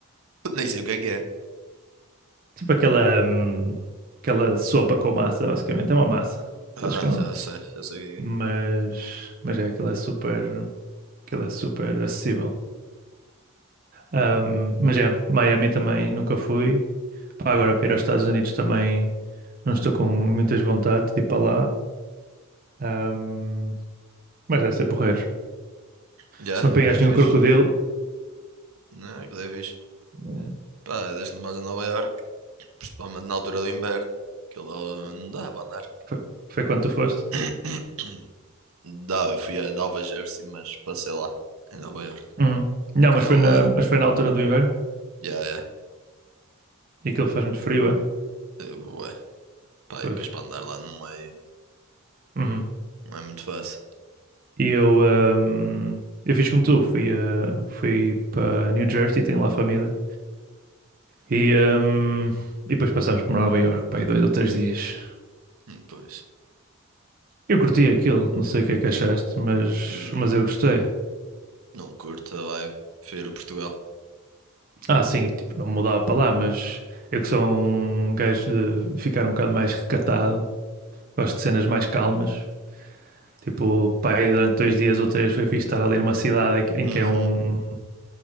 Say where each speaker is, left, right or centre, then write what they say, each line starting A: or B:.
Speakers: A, on the right (about 75°); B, on the right (about 40°).
A: Nem sei o que é que é.
B: Tipo aquela, hum, aquela sopa com massa, basicamente. É uma massa
A: Ah,
B: que eles comem.
A: já sei, já sei o que
B: Mas,
A: é.
B: mas é, aquilo é super, aquilo é super acessível. Ahm, mas é, Miami também nunca fui. Pá, agora para ir aos Estados Unidos também não estou com muitas vontade de ir para lá. Ahm, mas deve ser porreiro.
A: Já,
B: Se não apanhaste
A: é fixe.
B: nenhum crocodilo,
A: Não, aquilo é fixe.
B: eh,
A: Pá, desde mais a Nova Iorque, principalmente na altura do inverno, aquilo lá, eh, não dá para andar.
B: foi, foi quando tu foste?
A: <coughs> <clears throat> Dá, eu fui a Nova Jersey, mas passei lá, em Nova Iorque,
B: Hum. Não,
A: que
B: mas
A: é ao
B: foi na,
A: lado.
B: mas foi na altura do inverno
A: Já, já.
B: e aquilo faz muito frio, é?
A: Eh, Ué, pá,
B: Pois.
A: e depois para andar lá no meio,
B: Uhum.
A: não é muito fácil.
B: E eu, ahm, eu fiz como tu, fui, ah, fui para New Jersey, tenho lá família. E, ahm, e depois passámos para Nova York, pá, aí dois ou três dias.
A: Hum, Pois.
B: Eu curti aquilo, não sei o que é que achaste, mas,
A: Hum,
B: mas eu gostei.
A: não curto a vibe. Prefiro Portugal.
B: Ah, sim, tipo, não me mudava para lá, mas eu que sou um gajo de ficar um bocado mais recatado, gosto de cenas mais calmas. Tipo, pá, aí durante dois dias ou três foi fixe estar ali numa cidade em que
A: Uhum.
B: em que é um